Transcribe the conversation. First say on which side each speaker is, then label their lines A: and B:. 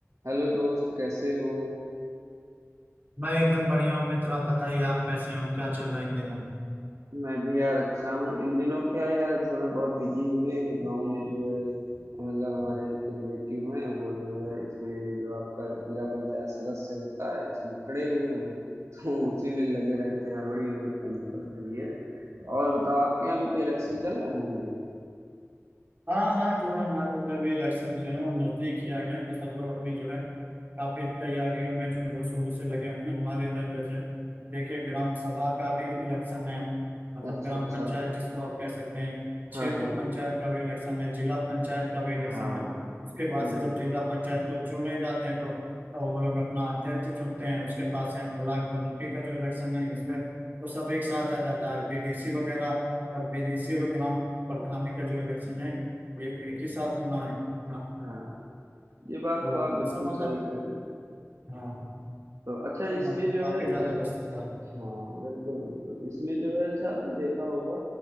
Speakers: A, on the right; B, on the right.
A: Hello दोस्त कैसे हो
B: मैं एकदम बढ़िया हूँ मित्र आप बताइए आप कैसे हो क्या चल रहा है इन दिनों
A: मैं भी यार अच्छा हूँ इन दिनों क्या यार इस समय बहुत बिजी हुए हैं गांव में जो है मतलब हमारे एक रिलेटिव हैं वो जो है इसमें जो आपका जिला पंचायत सदस्य होता है इसमें खड़े हुए हैं तो <laughs> उसी में लगे रहते हैं यार बड़ी मेहनत करनी पड़ रही है और बताओ आपके यहाँ भी तो इलेक्शन चल रहे होंगे
B: हाँ हाँ जो है हमारे उधर भी इलेक्शन जो है वो नजदीक ही आ गए हैं, तो सब लोग अपनी जो है काफी तैयारियों में जोरों शोरों से लगे हुए हैं हमारे इधर जैसे देखिए ग्राम सभा का भी इलेक्शन है मतलब
A: अच्छा
B: ग्राम
A: अच्छा
B: पंचायत जिसको आप कह सकते हैं क्षेत्र
A: हाँ हाँ
B: पंचायत का भी इलेक्शन है जिला पंचायत का भी इलेक्शन
A: हाँ
B: है उसके बाद
A: बिल्कुल
B: से जब जिला पंचायत को चुन रहे जाते हैं तो तो वो लोग अपना अध्यक्ष चुनते हैं उसके पास से हम ब्लॉक कमेटी का जो इलेक्शन है इसमें तो सब एक साथ आ जाता है बीडीसी वगैरह और बीडीसी और ग्राम प्रधान का जो इलेक्शन है एक एक ही साथ होना है अपना
A: हाँ ये बात
B: तो
A: तो आप बिल्कुल
B: उन सब मतलब
A: सही कह रहे हो
B: हाँ
A: तो अच्छा
B: सब
A: इसमें
B: मतलब
A: जो
B: काफी
A: है
B: ज्यादा
A: अ,
B: व्यस्त था
A: हाँ बिल्कुल बिल्कुल इसमें जो है अच्छा आपने देखा होगा